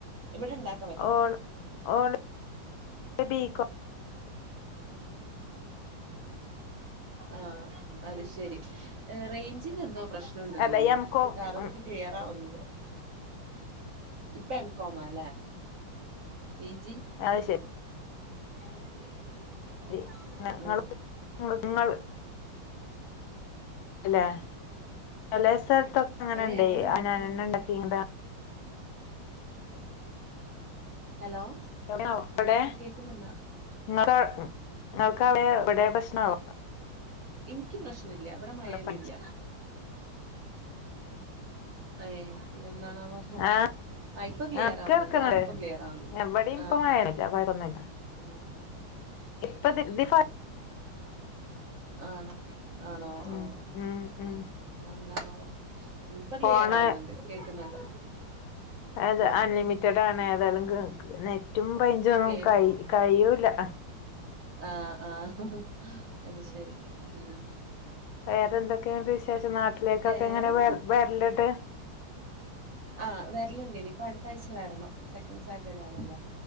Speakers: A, on the right; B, on the left.
A: ഇവിടെണ്ടാ
B: ഓള് ഓള് ബി. കോം.
A: ആഹ്! അത് ശരി. റേഞ്ചിന് എന്തോ പ്രശ്നം. ണ്ട്
B: അല്ല
A: തോന്നുന്നു.
B: എം കോം
A: കറക്റ്റ്
B: ഉം
A: ക്ലിയറാവുന്നില്ല. ഇപ്പ എം. കോമ ല്ലേ? പി. ജി.
B: അത് ശരി.
A: <unintelligible>
B: ശരി നിങ്ങൾ
A: ആഹ്
B: നിങ്ങൾ. അല്ലെ? പലേ സ്ഥലത്തൊക്കെ അങ്ങനെണ്ട്
A: ഏ എങ്ങനെ മനസ്സിലായി
B: അനാനന്നണ്ടൊക്കി ഇങ്ങ...
A: <unintelligible> ഹലോ. !
B: ഹലോ എവിടെ.
A: കേക്കുന്നുണ്ട?
B: ങ്ങടെ <unintelligible> ഇവിടെ പ്രശ്നാവും.
A: ഇനിക്ക് പ്രശ്നല്ല. ഇവിടെ മയൊന്നുല്ല.
B: പച്ചി
A: അയ് പിന്നെ എന്താണാവോ?
B: ആഹ്!
A: ആ ഇപ്പൊ ക്ലിയർ
B: ആഹ്
A: ആവുന്നുണ്ട്
B: കേൾക്കണൊണ്ടു
A: ആ ഇപ്പൊ ക്ലിയർ ആവുന്നുണ്ട്
B: ഇവിടെ ഇപ്പ
A: ആ
B: മയില്ല.
A: ആ
B: കുഴപ്പോന്നുല്ല.
A: ആണോ?
B: ഇപ്പ ദിതി <unintelligible>
A: ആണോ ആണോ?
B: ഉം
A: ആഹ്!
B: ഉം ഉം
A: എന്താണ്? ഇപ്പൊ
B: ഫോണ്
A: ക്ലിയറാവുന്നുണ്ട്. കേക്കുന്നുണ്ട്.
B: അത്
A: ആ
B: അൺലിമിറ്റഡാണ്. അത് കാരണം കേക്കും നെറ്റും റെയ്ഞ്ചും
A: കേക്കും
B: കഴി കഴിയൂല്ല!
A: ആഹ്! ആഹ്! അത് ശരി. ഉം!
B: വേറെന്തൊക്കെയാണ് വിശേഷം? നാട്ടിലേക്കൊക്കെ
A: വേറെ
B: എങ്ങനെ വ വരലിട്ട്?
A: ആഹ്! വരലണ്ട് ഇനിയിപ്പ അടുത്ത ആഴ്ച വരണം സെക്കൻഡ് സാറ്റർഡേ ആണല്ലോ.